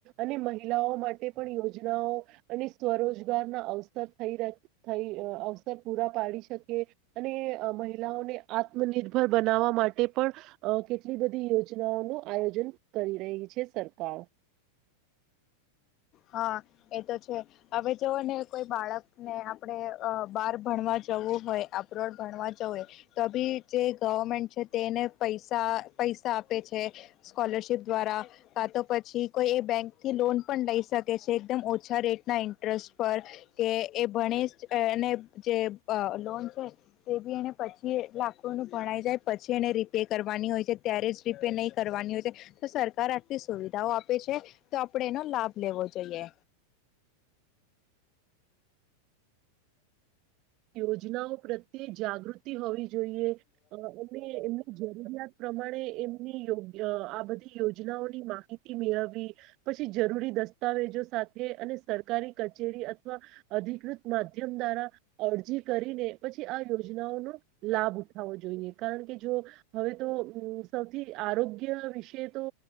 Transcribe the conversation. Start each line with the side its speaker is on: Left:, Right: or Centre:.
Right: અને મહિલાઓ માટે પણ યોજનાઓ અને સ્વરોજગારના અવસર થઇ અવસર પૂરા પાડી શકે અને મહિલાઓને આત્મનિર્ભર બનાવવા માટે પણ અ કેટલી બધી યોજનાઓનું આયોજન કરી રહી છે સરકાર.
Left: હા એ તો છે હવે જોવ ને કોઈ બાળકને આપડે બાર ભણવા જવું હોય અપલોડ ભણવા જએ તો બી જે ગવર્મેન્ટ છે તેને પૈસા પૈસા આપે છે સ્કોલ શિપ દ્વારા કા તો પછી કોઈ એ બેંક થી લોન પણ લઈ શકે છે એકદમ ઓછા રેટના ઇન્ટરેસ્ટ પર કે એ ભણી અને જે અ લોન છે તે બી એને પછી લાખોનું ભણાઈ જાય પછી એને રીપે કરવાની હોય છે તં રેજ રીપે નહીં કરવાની હોય છે તો સરકાર આટલી સુવિધાઓ આપે છે તો આપડે એનો લાભ લેવો જોઈએ.
Right: યોજનાઓ પ્રત્યે જાગૃતિ હોવી જોઈએ અ એમની જરૂરિયાત પ્રમાણે એમનીયો આ બધી યોજના ઓની માહિતી મેળવવી. પછી જરૂરી દસ્તાવેજો સાથે અને સરકારી કચેરી અથવા અધિકૃત માધ્યમ દ્વારા અરજી કરીને પછી આ યોજનાઓનું લાભ ઉઠાવો જોઈએ કારણ કે જો હવે તો સૌથી આરોગ્ય વિશે તો